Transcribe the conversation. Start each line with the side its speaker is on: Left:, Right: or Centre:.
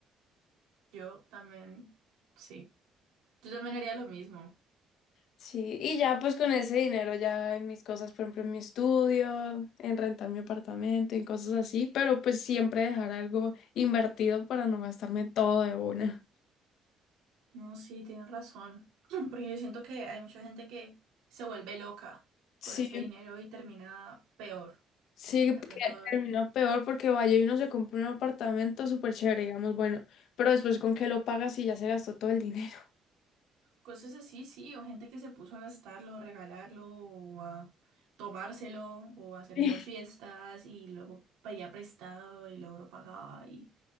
Right: Yo también, sí, yo también haría lo mismo.
Left: Sí, y ya pues con ese dinero ya en mis cosas, por ejemplo, en mi estudio, en rentar mi apartamento, en cosas así, pero pues siempre dejar algo invertido para no gastarme todo de una.
Right: No, sí, tienes razón. <clears throat> Porque yo siento que hay mucha gente que se vuelve loca
Left: Sí,
Right: con ese dinero y termina peor.
Left: sí,
Right: De
Left: que
Right: pronto,
Left: termina peor porque vaya y uno se compra un apartamento súper chévere, digamos, bueno, pero después con qué lo pagas y ya se gastó todo el dinero.
Right: cosas así, sí, o gente que se puso a gastarlo, regalarlo, o a tomárselo, o haciendo
Left: <laughs>
Right: fiestas y luego pedía prestado y logró pagar y